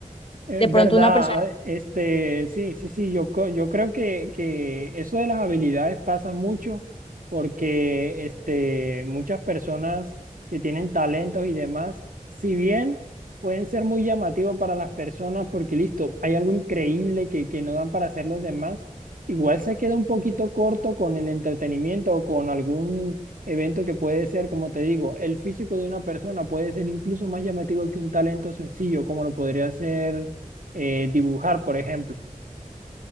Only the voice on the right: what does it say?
Eh,
verdad,
este, sí, sí, sí, yo, co- yo creo que, que eso de las habilidades pasa mucho porque este, muchas personas que tienen talentos y demás, si bien pueden ser muy llamativos para las personas porque listo, hay algo increíble que, que no dan para hacer los demás, igual se queda un poquito corto con el entretenimiento o con algún evento que puede ser, como te digo, el físico de una persona puede ser incluso más llamativo que un talento sencillo, como lo podría ser eh, dibujar, por ejemplo.